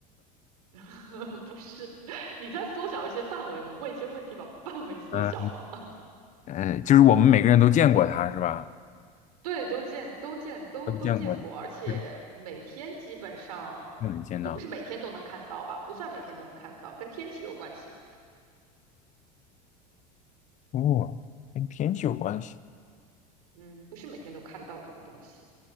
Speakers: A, on the right; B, on the left.
A: <laughs> 不是，<laughs> 你在缩小一些范围嘛，问一些问题，把范围缩小嘛，
B: 嗯
A: <laughs>
B: 呃，就是我们每个人都见过它是吧？
A: 对，都见都见都都见过，
B: 都见过的，
A: 而且每天基本上也不是每天都能看得到吧，
B: 就是就能见到。
A: 不算每天都能看得到，跟天气有关系。
B: 哦，跟天气有关系，
A: 嗯，不是每天都看到这个东西。